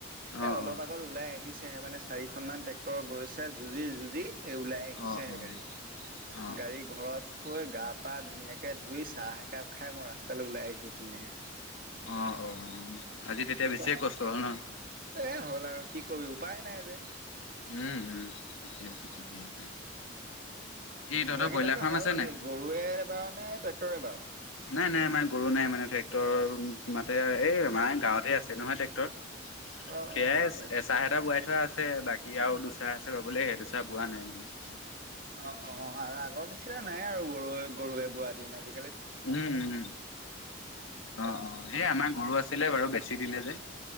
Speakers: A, on the left; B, on the right.
A: অ
B: এ অলপ
A: অ
B: আগত ওলাই আহিছেহে, মানে চাৰিখন মান ট্ৰেক্টৰ গৈছে যুঁজি-যুঁজি। এই ওলাই আহিছেহে
A: অ অ
B: গাড়ী,
A: অ অ
B: গাড়ী ঘৰত থৈ গা পা ধুনীয়াকে ধুই চাহ একাপ খাই মই ৰাস্তালৈ ওলাই আহিছো ধুনীয়াকে।
A: অ, অ'। আজি তেতিয়া
B: উপায়
A: বেছিয়ে কষ্ট হ'ল ন
B: এ হ'ল আৰু কি কবি উপায় নাই যে
A: উম, উম, ঠিকে আছে, ঠিকেই আছে। তহঁতৰ
B: বাকী
A: ব্ৰইলাৰ
B: তহঁতে
A: ফাৰ্ম
B: হাল
A: আছে নাই?
B: গৰুয়েৰে ৱাও নে ট্ৰেক্টৰে ৱাও?
A: নাই, নাই, আমাৰ গৰু নাই মানে ট্ৰেক্টৰ মাতে, এই আমাৰ গাঁৱতে আছে নহয় ট্ৰেক্টৰ?
B: অ
A: সেয়াই
B: অ বুজি পাইছো
A: এ চাহ এটা বোৱাই থোৱা আছ আছে বাকী আৰু দুচাৰ আছে বাবলে সেই দুচৰা বোৱা নাই মানে।
B: অ, অ, আৰু আগৰ নিচিনা নাই আৰু গৰুৱে-গৰুৱে বোৱাৰ দিন আজি।
A: উম, উম, অ, অ, এই আমাৰ গৰু আছিলে বাৰু বেছি দিলে যে।